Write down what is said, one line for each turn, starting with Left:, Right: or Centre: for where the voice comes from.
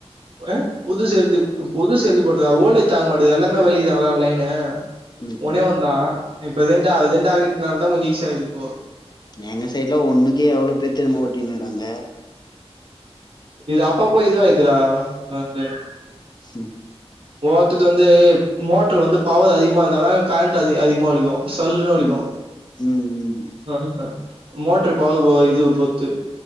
Right: அ புதுசெழுதி புதுசெழுதி போட்டதா ஓல்டே தாங்க மாட்டங்து எல்லாமே வெளியதானா லைனு
Left: ம்
Right: ஒன்னே
Left: ம்
Right: ஒன்தா இப்ப ரெண்டா ரெண்டாக்கிட்னாலதா கொஞ்ச ஈசியா இக்குது இப்போ
Left: எங்க சைடுல ஒண்ணுக்கே எவ்ள பேர் தெரிமா ஓட்டினுருக்றாங்க
Right: இது அப்ப அப்ப இதுவாயிடுதுடா அதென்து
Left: ச
Right: ஒவ்வத்தது வந்து மோட்ரு வந்து பவர் அதிகமா இருந்தால கர கரண்ட் அதிகமா வலிக்கு சல்லுனு வலிக்கு
Left: ம் ம்
Right: அதில்ல மோட்ரு பவர் இது பொர்த்து